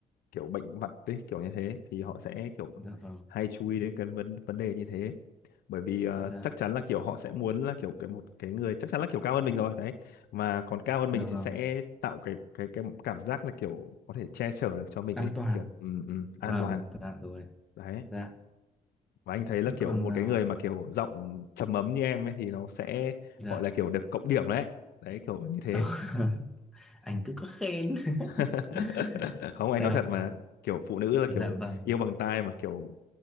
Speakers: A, on the left; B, in the centre.
A: kiểu bệnh vặt ấy, kiểu như thế thì họ sẽ kiểu
B: dạ vâng
A: hay chú ý đến cái vấn vấn đề như thế bởi vì ờ,
B: dạ
A: chắc chắn là kiểu họ sẽ muốn là kiểu cái một cái người chắc chắn là kiểu cao hơn mình rồi đấy mà còn cao hơn
B: dạ
A: mình
B: vâng
A: thì sẽ tạo cái cái cái cảm giác là kiểu có thể che chở được cho mình
B: an
A: ấy
B: toàn
A: kiểu ừ, ừ, an
B: vâng
A: toàn
B: dạ rồi
A: đấy
B: dạ
A: và anh thấy
B: thế
A: là kiểu
B: còn
A: một
B: ờ,
A: cái người mà kiểu giọng trầm ấm như em ấy thì nó sẽ
B: dạ
A: gọi là kiểu được cộng điểm đấy đấy kiểu như thế
B: <laughs> anh cứ có khen
A: <laughs>
B: <laughs>
A: không
B: dạ
A: anh nói thật mà kiểu phụ nữ là kiểu
B: Dạ vâng.
A: yêu bằng tai mà kiểu